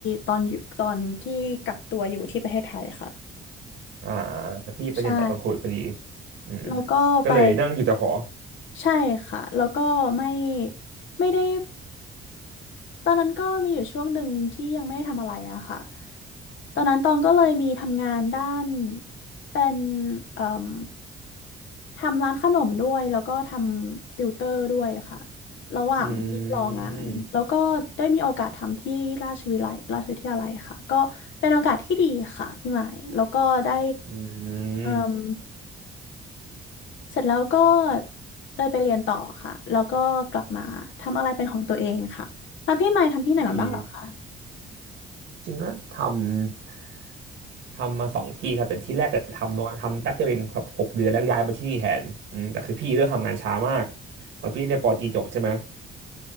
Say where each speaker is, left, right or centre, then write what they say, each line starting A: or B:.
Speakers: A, on the left (about 75°); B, on the right (about 75°).
A: ตอนอยู่ตอนที่กักตัวอยู่ที่ประเทศไทยค่ะ
B: อ่าพี่ไปเรียนต่อตอนโควิดพอดี
A: ใช่
B: อืม
A: แล้วก็ไป
B: ก็เลยนั่งอยู่แต่หอ
A: ใช่ค่ะ แล้วก็ไม่ไม่ได้ ตอนนั้นก็มีอยู่ช่วงหนึ่งที่ยังไม่ได้ทำอะไรอะค่ะตอนนั้นตองก็เลยมีทำงานด้านเป็นเอ่มทำร้านขนมด้วยแล้วก็ทำติวเตอร์ด้วยค่ะระหว่างที่รองานแล้วก็ได้มีโอกาสทำที่ราชวิไลราชวิทยาลัยค่ะก็เป็นโอกาสที่ดีค่ะพี่หมายแล้วก็ได้
B: อืมอื
A: เอ่ม
B: ม
A: เสร็จแล้วก็ได้ไปเรียนต่อค่ะแล้วก็กลับมาทำอะไรเป็นของตัวเองค่ะแล้วพี่หมายทำที่ไหนมาบ้างเหรอคะ
B: ดีจริงก็ทำทำมาสองที่ครับแต่ที่แรกก็ทำน้อยทำแป๊บเดียวเองแบบหกเดือนแล้วก็ย้ายมาที่นี่แทนอืมแต่คือพี่เลือกทำงานช้ามากตอนพี่เรียนปอตรีจบใช่ไหม